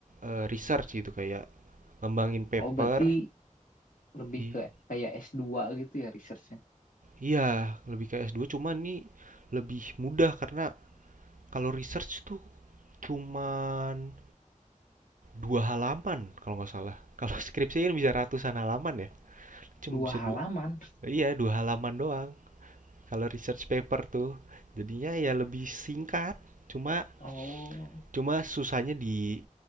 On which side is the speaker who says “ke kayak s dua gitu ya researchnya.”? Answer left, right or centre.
Left